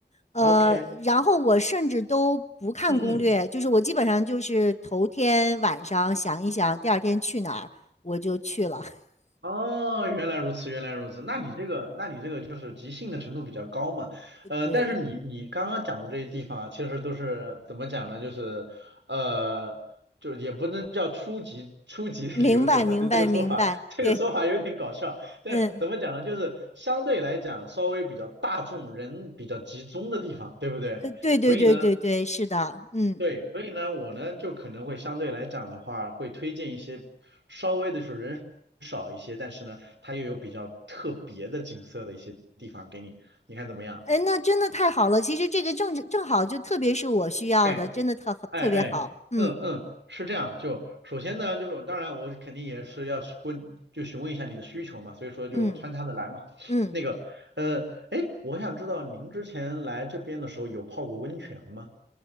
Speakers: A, on the left (about 40°); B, on the right (about 85°).
A: 呃，
B: ，OK，
A: 然后我甚至都不看攻略，
B: 嗯嗯
A: 就是我基本上就是头天晚上想一想，第二天去哪儿我就去了。<laughs>
B: 哦，原来如此，原来如此。那你这个，那你这个就是即兴的程度比较高嘛？呃，
A: 对，
B: 但是你你刚刚讲的这些地方啊，其实都是怎么讲呢？就是呃，就也不能叫初级初级的旅游者吧，
A: 明白明白明白，
B: 就这个说法，这个说法有点搞笑。
A: 对，
B: 但是怎么讲呢？
A: 嗯，
B: 就是相对来讲稍微比较大众、人比较集中的地方，对不对？
A: 对对对对对，
B: 所以呢，
A: 是的，嗯。
B: 对，所以呢，我呢就可能会相对来讲的话，会推荐一些稍微的是人少一些，但是呢，它又有比较特别的景色的一些地方给你，你看怎么样？
A: 哎，那真的太好了！其实这个正正好，就特别是我需要的，
B: 哎
A: 真的特特别好。
B: 哎哎，
A: 嗯，
B: 嗯嗯，是这样。就首先呢，就是当然我肯定也是要是问，就询问一下你的需求嘛，所以说就穿插的来嘛。
A: 嗯嗯，
B: 那个，呃，哎，我想知道您之前来这边的时候有泡过温泉吗？